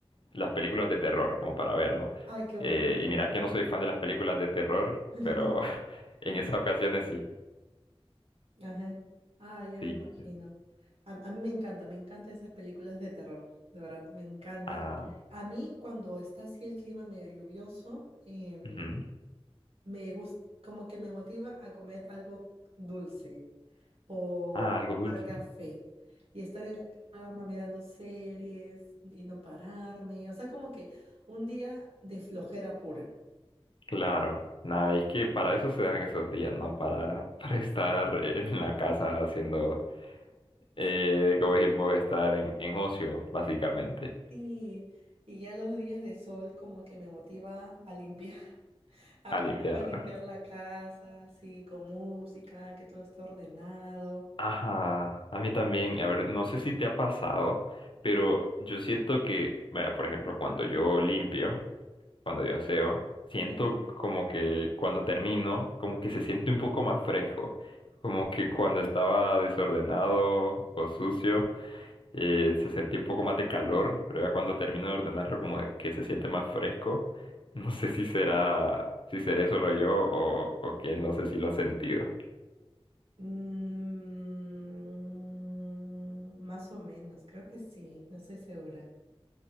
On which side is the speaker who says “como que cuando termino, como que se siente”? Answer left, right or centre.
Left